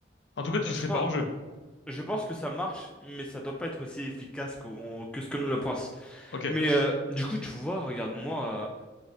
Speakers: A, on the left; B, in the centre.
A: en tout cas, tu
B: je
A: serais
B: pense,
A: pas hors jeu.
B: je pense que ça marche, mais ça doit pas être aussi efficace qu'on- que ce que nous le pense.
A: Ok.
B: Mais euh, du coup, tu vois, regarde-moi.